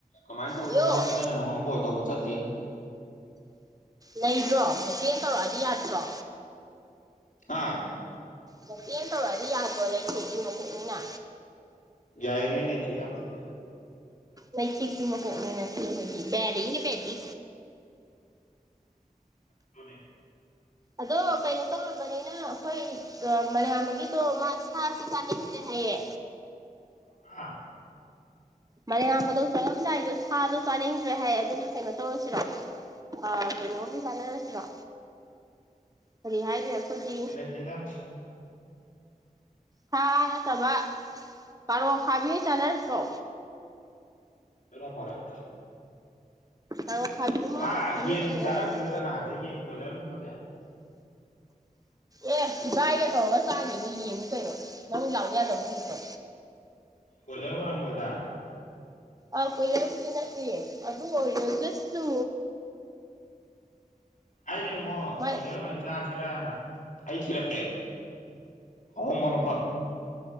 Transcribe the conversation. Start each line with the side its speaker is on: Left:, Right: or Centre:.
Left: ꯀꯃꯥꯏꯅ ꯇꯧꯕꯅꯣ
Right: ꯌꯣ
Left: ꯈꯪꯗꯦ ꯑꯩꯅ ꯅꯪꯉꯣꯟ ꯀꯣꯜ ꯇꯧꯕ ꯆꯠꯇꯦꯅꯦ
Right: ꯂꯩꯕ꯭ꯔꯣ ꯃꯇꯦꯡ ꯇꯧꯔꯛꯑꯗꯤ ꯌꯥꯗ꯭ꯔꯣ
Left: ꯍꯥ
Right: ꯅꯆꯦꯅ ꯇꯧꯔꯛꯑꯗꯤ ꯌꯥꯗ꯭ꯔꯣ ꯂꯩ ꯈꯛꯀꯤ ꯃꯈꯣꯛꯅꯤꯅ
Left: ꯌꯥꯏꯅꯦ <unintelligible>
Right: ꯂꯩꯊꯦꯛꯄꯤ ꯃꯀꯣꯛꯅꯤ ꯅꯆꯦ ꯍꯣꯏꯗꯤ ꯕꯦꯗꯤꯅꯦ ꯕꯦꯗꯤ
Left: ꯑꯗꯨꯅꯤ
Right: ꯑꯗꯣ ꯀꯩꯅꯣ ꯇꯧꯔꯕꯅꯤꯅ ꯑꯩꯈꯣꯏ ꯃꯂꯦꯃꯉꯟꯕꯒꯤꯗꯣ ꯃꯥ ꯁꯥꯗꯤ ꯆꯅꯤꯡꯗꯔꯦ ꯍꯥꯏꯌꯦ
Left: ꯍꯥ
Right: ꯃꯂꯦꯝꯉꯥꯟꯕꯗꯣ ꯆꯪꯉꯝꯗꯥꯏꯗꯣ ꯁꯥꯗꯣ ꯆꯥꯅꯤꯡꯗ꯭ꯔꯦ ꯍꯥꯏ ꯑꯗꯨꯅ ꯀꯩꯅꯣ ꯇꯧꯔꯁꯤꯔꯣ ꯑꯥ ꯀꯩꯅꯣ ꯑꯝ ꯁꯥꯟꯅꯔꯁꯤꯔꯣ ꯀꯔꯤ ꯍꯥꯏꯒꯦ ꯑꯩꯈꯣꯏꯖꯤ
Left: ꯔ <unintelligible>
Right: ꯈꯥ ꯅꯠꯇꯕ ꯀꯥꯔꯣꯂ ꯑꯈꯥꯈꯕꯤ ꯑꯣꯏ ꯆꯥꯅꯔꯁꯤ꯭ꯔꯣ
Left: ꯑꯗꯨꯅ ꯐꯔꯥꯅꯤ
Right: ꯀꯥꯔꯣꯠ ꯑꯈꯥꯕꯤꯗꯨꯃ
Left: ꯃꯥ
Right: ꯈꯥꯃꯤꯟꯅꯔꯦ
Left: ꯌꯦꯟꯗꯤ ꯆꯥꯔꯝꯈꯤꯔꯣꯏꯗ
Right: ꯍꯥꯏꯌꯦ
Left: ꯅꯍꯟꯗꯩ ꯌꯦꯟ ꯀꯣꯏꯂꯔꯒꯨꯝꯕꯗꯤ
Right: ꯑꯦ ꯏꯕꯥꯏꯒ ꯇꯧꯔꯒ ꯆꯥꯒꯔꯕꯅꯦ ꯌꯦꯟꯗꯤ ꯀꯩꯅꯣ ꯅꯪ ꯂꯥꯛꯑꯣ ꯌꯥꯗꯕꯅꯤꯀꯣ
Left: ꯀꯣꯏꯂꯔ ꯑꯣꯏꯔꯝ ꯃꯣꯏꯗ
Right: ꯑꯥ ꯀꯣꯏꯂ꯭ꯔꯕꯨꯗꯤ ꯅꯠꯇꯦ ꯑꯗꯨ ꯑꯣꯏꯔꯒꯁꯨ
Left: ꯑꯩ ꯌꯦꯡꯉꯣ
Right: ꯃꯥꯏ
Left: ꯀꯣꯏꯂ꯭ꯔ ꯑꯣꯏꯅ ꯆꯥꯁꯤꯔꯥꯅ ꯑꯩ ꯊꯤꯔꯛꯀꯦ ꯑꯍꯣꯡꯕ ꯃꯐꯝ